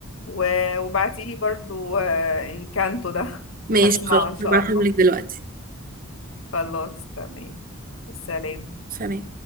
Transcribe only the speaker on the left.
و- وبعتيلي برضو آه، انكانتو ده <laughs>
هسمعه
ان شاء
الله
خلاص تمام السلام